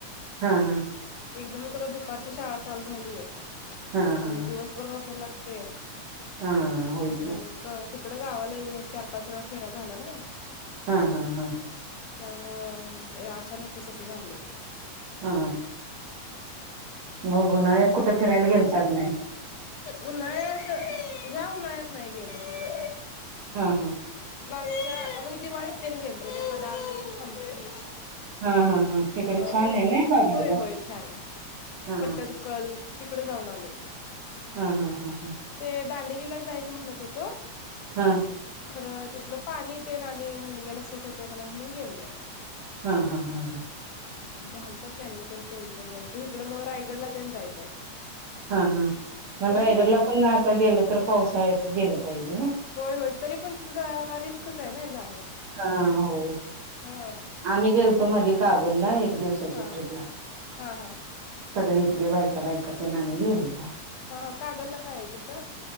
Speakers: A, on the right; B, on the left.
A: हा हा
B: एकदमच आता दुपारची शाळा चालु झाली आहे.
A: हा हा
B: आणि दिवसभर बसायला लागतेय,
A: हा हा होय की
B: आणि क ते इकडं गावाला येऊन एक, चार, पाच, वेळा फेरा झाला नाय
A: हा हा हा
B: त्यामुळं ए अचानकच कस, असं झालंय
A: हा! मग उन्हाळ्यात कुठे फिरायला गेलता का नाही?
B: उन्हाळ्यात ह्या उन्हाळ्यात नाही गेलो कुठं.
A: हा हं...
B: मागच्या म्हणजे दिवाळीत तेन गेलतो ते बदामी, हम्पी...
A: हा हा हा तिकडे
B: अ
A: छान आहे ना बघायला
B: होय होय छान आहे.
A: हा
B: पटदकल तिकडे जाऊन आले..
A: हा हा हा हा....
B: ते दांडेलीला जायचं म्हणत होतो...
A: हा....
B: खरं तिथलं पाणी ते ना आणि मुलग्याला सुट होतय का नाही? म्हणून गेलो नाही...
A: हा हा हा हा...
B: झालतं प्लॅनिंग त्यांनी केल तर जायचं इकडं मग रायगडला ते जायचंय....
A: हा हा पण
B: तुम्ही
A: रायगडला पण आता गेलं तर पावसाळच गेलं पाहिजे... ना
B: होय होय तरी पण तिथ जरा रिस्कच आहे ना जाणं?
A: हा होय...
B: हा
A: आम्ही गेलतो मधी कागलला एक दिवसाची
B: हा
A: ट्रिपला...
B: हा हा
A: सगळे इथले बायका बायकातेन आम्ही गेलतो...
B: हा हा कागलला काय आहे? तिथं